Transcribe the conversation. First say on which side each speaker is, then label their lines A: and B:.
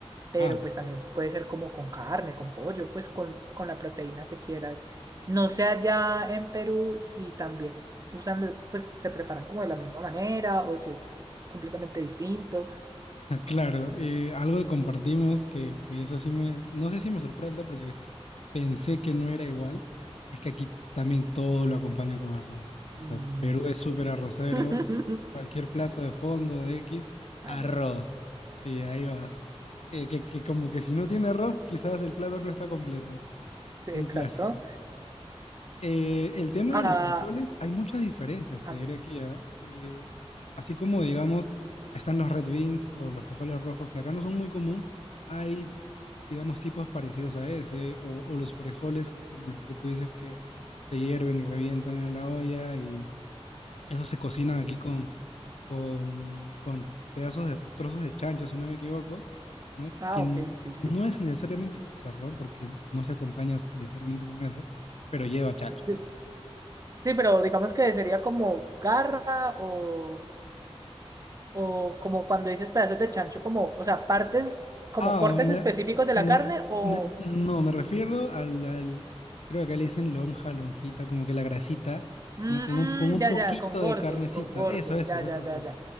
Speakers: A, on the right (about 35°); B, on the left (about 80°).
A: pero
B: Ah,
A: pues también puede ser como con carne, con pollo, pues con, con la proteína que quieras. No sé allá en Perú si también usan, lo- pues se preparan como de la misma manera o si es completamente distinto.
B: <laughs> claro. eh, algo que compartimos que, que eso sí me, no sé si me sorprende porque pensé que no era igual es que aquí también todo lo acompaña con arroz. O
A: Mm.
B: sea, Perú es súper arrocero,
A: <laughs>
B: eh, cualquier plato de fondo, de X,
A: Ah,
B: arroz.
A: no sé.
B: Sí, ahí va. Eh, que, que como que si no tiene arroz, quizás el plato no está completo.
A: Exacto.
B: Un clásico. Eh, el tema
A: Acá,
B: de los frijoles, hay muchas diferencias, te
A: así.
B: diré aquí, ¿ah? Eh, así como, digamos, están los red beans o los frijoles rojos, que acá no son muy común, hay, digamos, tipos parecidos a ese, o, o los frijoles como los que tú dices que se hierven y revientan en la olla, y esos se cocinan aquí
A: Sí.
B: con, con, con pedazos de trozos de chancho, si no me equivoco, ¿no?
A: Ah,
B: Que n-
A: ok, sí, sí.
B: no es necesariamente chicharrón, porque no se acompaña necesariamente con eso, pero lleva chancho,
A: De-
B: ¿no?
A: Sí, pero digamos que sería como garra o, o como cuando dices pedazos de chancho, como, o sea, partes, como
B: Ah,
A: cortes
B: me,
A: específicos de
B: me-
A: la carne o...
B: me- no, me refiero al, al- creo que acá le dicen lonja, lonjita, como que la grasita,
A: mm,
B: ¿no? Con un, con un
A: ya,
B: poquito
A: ya, con gordos,
B: de carnecita.
A: con gordos,
B: Eso, eso,
A: ya, ya,
B: eso,
A: ya,
B: eso.
A: ya.